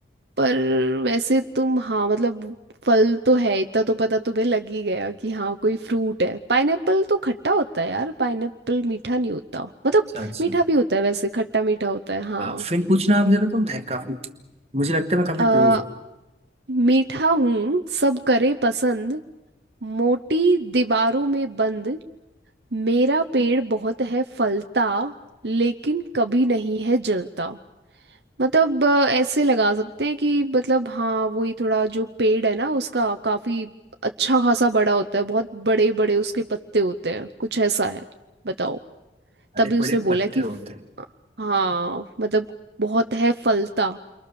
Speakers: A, on the right; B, on the right.
A: पर वैसे तुम हाँ मतलब फल तो है इतना तो पता तुम्हें लग ही गया कि हाँ कोई फ्रूट है पाइनएप्पल तो खट्टा होता है यार पाइनएप्पल मीठा नहीं होता मतलब
B: अच्छा अच्छा
A: मीठा भी होता है वैसे खट्टा मीठा होता है हाँ
B: फिर पूछना आप जरा तुम है काफी मुझे लगता है मैं काफी
A: आ,
B: क्लोज हूँ
A: मीठा हूँ सब करे पसंद मोटी दीवारों में बंद मेरा पेड़ बहुत है फलता लेकिन कभी नहीं है जलता मतलब अ, ऐसे लगा सकते हैं कि मतलब हाँ वही थोड़ा जो पेड़ है ना उसका काफी अच्छा खासा बड़ा होता है बहुत बड़े बड़े उसके पत्ते होते हैं कुछ ऐसा है बताओ
B: बड़े
A: तभी
B: बड़े
A: उसने
B: पत्ते
A: बोला कि
B: होते
A: फ-
B: हैं
A: हाँ मतलब बहुत है फलता